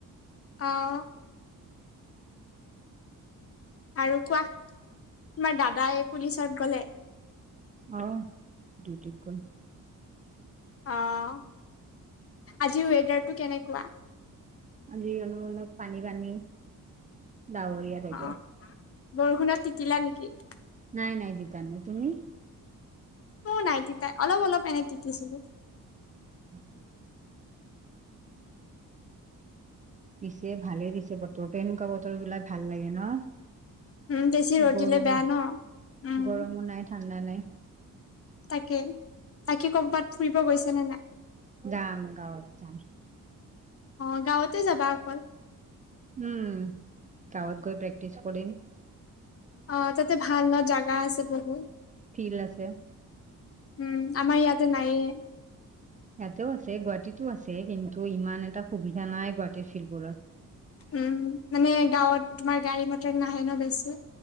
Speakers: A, on the left; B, on the right.
A: অ'। আৰু কোৱা তোমাৰ দাদাই পুলিচত গ'লে
B: অহ <unintelligible>
A: অ', আজি ৱেডাৰটো কেনেকুৱা?
B: আজি অলপ, অলপ পানী পানী ডাৱৰীয়া। টাইপৰ
A: অ', বৰষুণত তিতিলা নেকি।
B: নাই নাই তিতা তুমি?
A: মো নাই তাই অলপ, অলপ এনে তিতিছিলোঁ।
B: উম। পিছে ভালে দিছে বতৰটো এনেকুৱা বতৰতো এনেকুৱা বতৰ বিলাক ভাল লাগে ন।
A: উম, বেছি ৰদিলে
B: গৰমত
A: বেয়া ন। উম
B: গৰমো নাই ঠাণ্ডা নাই।
A: তাকে তাকে ক'বাত ফুৰিব গৈছে নে নাই?
B: যাম গাঁৱত যাম।
A: অ', গাঁৱতে যাবা অকল।
B: উম, কাৱত গৈ প্ৰেক্টিছ কৰিম।
A: অ', তাতে ভাল ন জাগা আছে বহুত।
B: ফিল আছে।
A: উম, আমাৰ ইয়াতে নাই।
B: ইয়াতেও আছে গুৱাহাটীতো আছে কিন্তু ইমান এটা সুবিধা নাই গুৱাহাটীৰ ফিল্ডবোৰত।
A: উম মানে গাঁৱত তোমাৰ গাড়ী মটৰ নাহে ন বেছি।